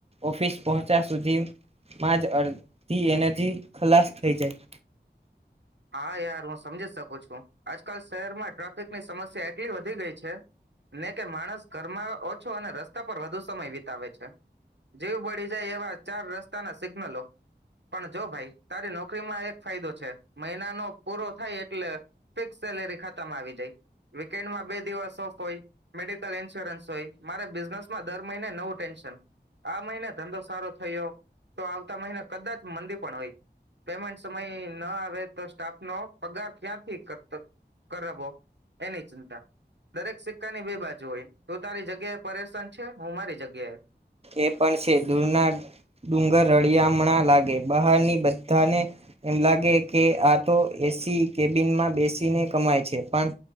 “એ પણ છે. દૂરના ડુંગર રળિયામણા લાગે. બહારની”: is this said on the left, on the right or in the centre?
Right